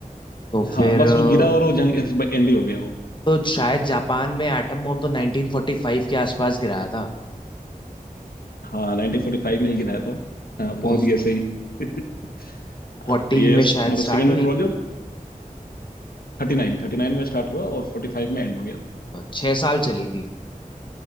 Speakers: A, on the left (about 30°); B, on the left (about 80°).
A: तो
B: हाँ
A: फिर
B: बस
A: अ,
B: वो गिरा और वो जंग एंड ही हो गया वो
A: तो शायद जापान में एटम बम तो 1945 के आसपास गिराया था
B: हाँ 1945 में ही गिराया था हाँ पहुंच
A: तो
B: गए सही <laughs>
A: 40
B: हाँ तो ये
A: में
B: स-
A: शायद
B: मतलब
A: स्टार्ट
B: सेकेंड
A: हुई
B: वर्ल्ड वॉर जो 39 39 में स्टार्ट हुआ और 45 में एंड हो गया था
A: छह साल चली थी